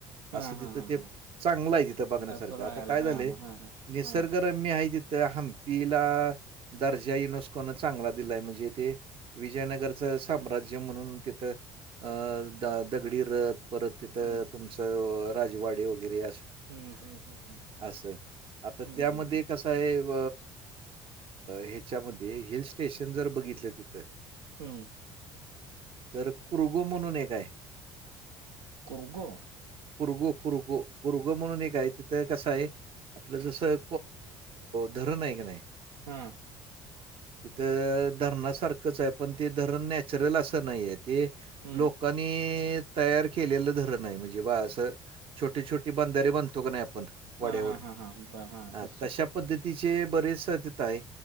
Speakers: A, on the right; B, on the right.
A: हा
B: असं तिथं
A: हा हा
B: ते
A: हा
B: चांगलं आहे तिथं बघण्यासारखं
A: अ तो राहायला
B: आता काय
A: हा
B: झालं
A: मग हा हा
B: निसर्ग.
A: हा
B: तर मी आहे तिथं हम्पीला दर्जा युनोस्कोन चांगला दिलाय म्हणजे ते. विजयनगरचं साम्राज्य म्हणून. अ द दगडी रत परत तिथं
A: हम्म
B: तुमचं राजवाडे वगैरे
A: हम्म हम्म हम्म हम्म
B: आ
A: हम्म
B: त्यामध्ये
A: हम्म
B: क साहेब ह्याच्यामध्ये हिल स्टेशन जर बघितलं तिथं.
A: हम्
B: तर कुृगो म्हणून एक आहे.
A: कररगो
B: कुरगु कुरगो कुरग म्हणून हे गायच. तर कसं आहे आपलं जसं धरण ऐ क नाही.
A: हम
B: तिथं धरणासारखंच आहे पण ते धरण नॅचरल असं नाहीय त
A: हम्म
B: लोकांनी. तयार केलेलं धरण आहे म्हणजे बा असं छोटे छोटे बांधारे बांतो का नाही. प वड्यावर
A: हा हा हा हा बर हा
B: ह
A: तसे
B: तशा पद्धतीचे बरेचेत आहे